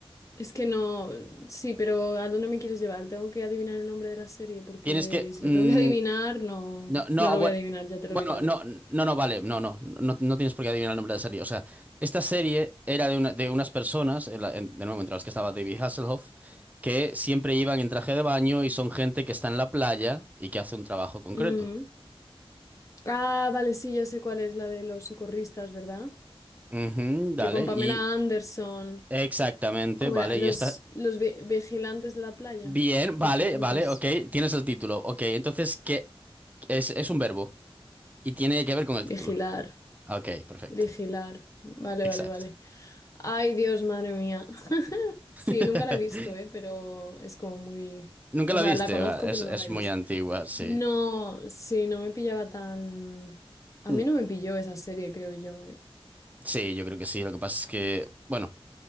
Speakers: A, on the left; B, on the right.
A: Es que no, sí, pero ¿a dónde me quieres llevar? Tengo que adivinar el nombre de la serie porque
B: Tienes que,
A: si
B: mm,
A: lo tengo que adivinar, no,
B: No, no,
A: no
B: ah,
A: lo
B: bueno,
A: voy a adivinar, ya te
B: bueno,
A: lo digo yo.
B: no, no, no, vale, no, no, no, no tienes por qué adivinar el nombre de la serie. O sea, esta serie era de, una- de unas personas, en la- en- de nuevo, entre las que estaba David Hasselhoff, que siempre iban en traje de baño y son gente que está en la playa y que hace un trabajo concreto.
A: Ujú. Mm. Ah, vale, sí, ya sé cuál es la de los socorristas, ¿verdad?
B: Ujú, dale,
A: Que con Pamela
B: y
A: Anderson,
B: exactamente,
A: ¿cómo
B: vale,
A: era? Los,
B: y está
A: los vi- vigilantes de la playa.
B: bien,
A: Vigilantes.
B: vale, vale, ok, tienes el título, ok, entonces, ¿qué? Es, es un verbo y tiene que ver con el
A: Vigilar.
B: título. Ok, perfecto,
A: Vigilar. Vale,
B: exacto.
A: vale, vale. Ay, Dios, madre mía. <laughs>
B: <laughs>
A: Sí, nunca la he visto, ¿eh? Pero es como muy...
B: Nunca
A: O
B: la
A: sea,
B: viste,
A: la conozco,
B: Va, es,
A: pero
B: es
A: no la he
B: muy
A: visto.
B: antigua, sí.
A: No, sí, no me pillaba tan... A
B: Mm,
A: mí no me pilló esa serie, creo yo, ¿eh?
B: Sí, yo creo que sí. Lo que pasa es que, bueno,